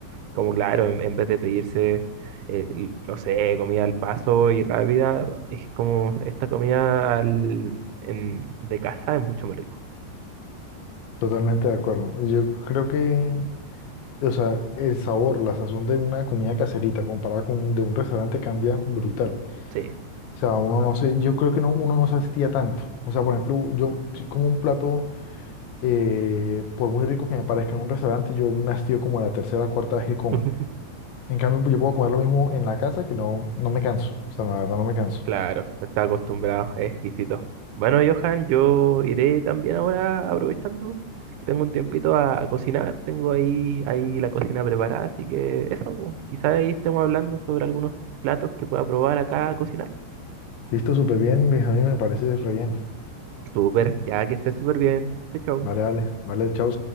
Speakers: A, on the right; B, on the left.
A: como claro, en, en vez de pedirse, eh, l- no sé, comida al paso y rápida, es como esta comida al- en- de casa es mucho más rico.
B: Totalmente de acuerdo. Yo creo que, o sea, el sabor, la sazón de una comida caserita comparada con de un restaurante cambia brutal.
A: Sí.
B: O sea, uno no se, yo creo que no, uno no se hastía tanto. O sea, por ejemplo, yo si como un plato, eh, por muy rico que me parezca en un restaurante, yo me hastío como a la tercera o cuarta vez que coma.
A: <laughs>
B: En cambio, pues, yo puedo comer lo mismo en la casa que no, no me canso. O sea, la verdad no me canso.
A: Claro, está acostumbrado, es exquisito. Bueno, Johan, yo iré también ahora aprovechando. que Tengo un tiempito a, a cocinar, tengo ahí, ahí la cocina preparada, así que eso, pues, quizá ahí estemos hablando sobre algunos platos que pueda probar acá a cocinar.
B: Listo, súper bien, Luis. A mí me parece re bien.
A: Súper, ya que esté súper bien. Chau,
B: Vale,
A: chau.
B: vale, vale, chao.